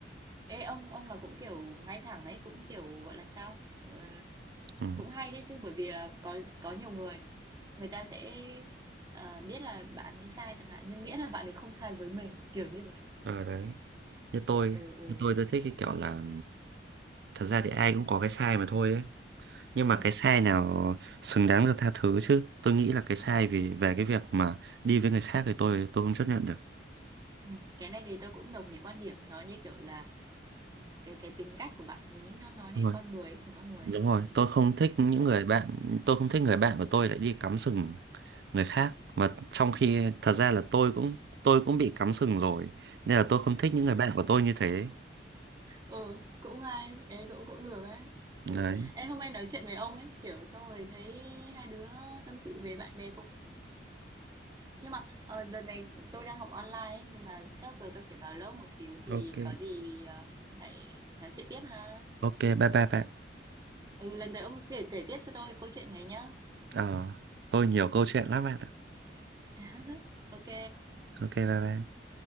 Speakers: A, on the right; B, on the right.
A: Ê ông ông là cũng kiểu ngay thẳng ấy, cũng kiểu gọi là sao? Ờ,
B: ừ.
A: cũng hay đấy chứ bởi vì là có có nhiều người người ta sẽ ờ, biết là bạn ấy sai chẳng hạn nhưng miễn là bạn ấy không sai với mình kiểu như thế.
B: à, đấy như tôi
A: Ừ ừ.
B: như tôi tôi thích cái kiểu là thật ra thì ai cũng có cái sai mà thôi ấy nhưng mà
A: Ừ,
B: cái sai nào xứng đáng được tha thứ chứ tôi nghĩ là cái sai vì về cái việc mà đi với người khác thì tôi tôi không chấp nhận được
A: ừ. Cái này thì tôi cũng đồng ý quan điểm, nó như kiểu là ừ, cái cái tính cách của bạn ấy nó nói lên
B: đúng rồi
A: con người ấy, của con người ấy.
B: đúng rồi
A: Ừ.
B: tôi không thích những
A: Cũng
B: người bạn tôi không thích người bạn của tôi lại đi cắm sừng người khác mà trong khi thật ra là tôi cũng tôi cũng bị cắm sừng rồi nên là tôi không thích những người bạn của tôi như thế
A: Ừ, cũng hay, ê cũng cũng được ấy.
B: đấy
A: Ừ. Em hôm nay nói chuyện với ông ấy, kiểu xong rồi thấy hai đứa tâm sự về bạn bè cũng nhưng mà ờ, đợt này tôi đang học online ấy, nên là chắc giờ tôi phải vào lớp một xíu thì
B: ok
A: có gì ờ, lại nói chuyện tiếp ha.
B: ok bye bye bạn
A: Ừ, lần tới ông kể kể tiếp cho tôi cái câu chuyện này nhá.
B: ờ tôi nhiều câu chuyện lắm bạn ạ
A: <laughs> Ok.
B: ok bye bye